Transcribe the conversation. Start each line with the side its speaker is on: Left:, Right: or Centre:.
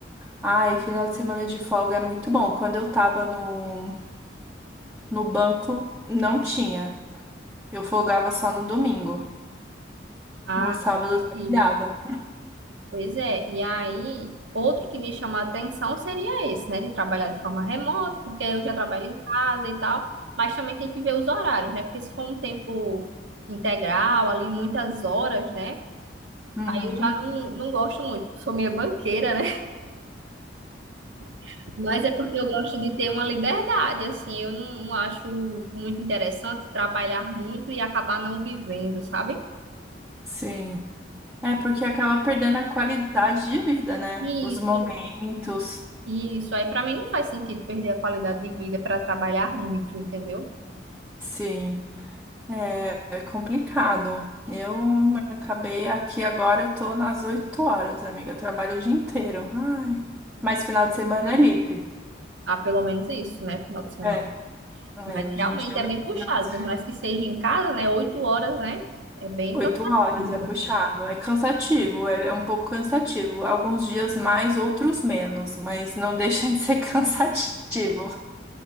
Centre: Ai, final de semana de folga é muito bom. Quando eu tava no, no banco, não tinha. Eu folgava só no domingo.
Right: Ah,
Centre: No sábado eu trabalhava.
Right: sim, Pois é, e aí, outro que me chama a atenção seria esse, né, de trabalhar de forma remota, porque eu já trabalho em casa e tal, mas também tem que ver os horários, né, porque se for um tempo integral, ali muitas horas, né,
Centre: Uhum.
Right: aí eu já não, não gosto muito, sou meio banqueira, né, <laughs> mas é porque eu gosto de ter uma liberdade, assim, eu não, não acho muito interessante trabalhar muito e acabar não vivendo, sabe?
Centre: Sim. É porque acaba perdendo a qualidade de vida, né?
Right: Isso,
Centre: Os momentos.
Right: isso, aí pra mim não faz sentido perder a qualidade de vida para trabalhar muito, entendeu?
Centre: Sim, é, é complicado. Eu acabei aqui agora, eu tô nas oito horas, amiga. Eu trabalho o dia inteiro. Ai. Mas final de semana é livre.
Right: Ah, pelo menos isso, né? Final de semana.
Centre: É, é,
Right: Mas
Centre: hoje
Right: realmente
Centre: em dia, é
Right: é
Centre: meu
Right: bem puxado,
Centre: final de semana,
Right: por mais que seja em casa, né? Oito horas, né? É bem
Centre: oito
Right: cansativo.
Centre: horas é puxado. É cansativo, é, é um pouco cansativo. Alguns dias mais, outros menos, mas não <laughs> deixa de ser <laughs> cansativo.